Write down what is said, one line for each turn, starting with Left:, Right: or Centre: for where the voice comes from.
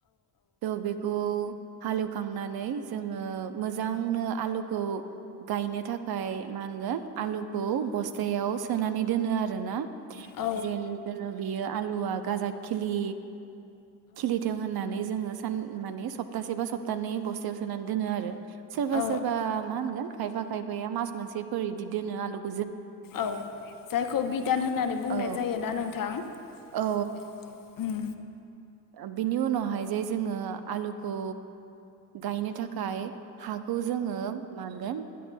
Right: थ बेखौ हालेवखांनानै जोङो मोजांनो आलुखौ गायनो थाखाय मा होनगोन आलुखौ बस्थायाव सोनानै दोनो आरोना
Left: औ
Right: जेन जन बियो आलुवा गाजा खिलि खिलिथों होननानै जोङो सान माने सप्तासे बा सप्तानैै बस्थायाव सोनानै दोनो आरो सोरबा
Left: औ
Right: सोरबा मा होनगोन खायफा खायफाया मास मोनसे फोर दि दोनो आलुफ
Left: औ जायखौ बिदान होननानै बुंनाय
Right: औ
Left: जायोना नोंथां।
Right: औ
Left: ओम
Right: ओ बिनि उनावहाय जे जोङो आलुखौ गायनो थाखाय हाखौ जोङो मा होनगोन